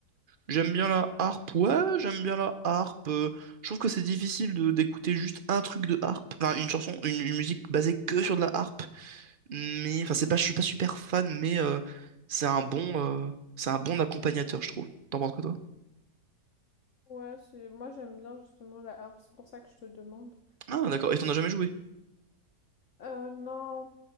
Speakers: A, on the right; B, on the left.
A: J'aime bien la harpe. Ouais, j'aime bien la harpe. Euh, je trouve que c'est difficile de d'écouter juste un truc de harpe. Enfin, une chanson, une, une musique basée que sur de la harpe mais enfin c'est pas, je suis pas super fan, mais euh, c'est un bon, euh, c'est un bon accompagnateur, je trouve. T'en penses quoi toi?
B: Ouais, c'est moi j'aime bien justement la harpe, c'est pour ça que je te demande.
A: Ah d'accord, et t'en as jamais joué?
B: Euh, non,